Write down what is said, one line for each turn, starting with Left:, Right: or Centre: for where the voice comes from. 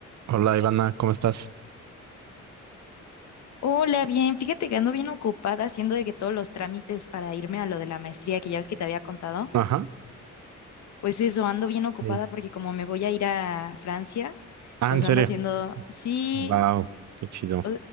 Right: Hola Ivana, ¿cómo estás?
Left: Hola, bien, fíjate que ando bien ocupada haciendo de que todos los trámites para irme a lo de la maestría que ya ves que te había contado,
Right: Ajá.
Left: pues eso, ando bien
Right: Sí.
Left: ocupada porque como me voy a ir a Francia,
Right: Ah,
Left: pues
Right: ¿en serio?
Left: ando haciendo, sí,
Right: Wow, qué chido.
Left: o-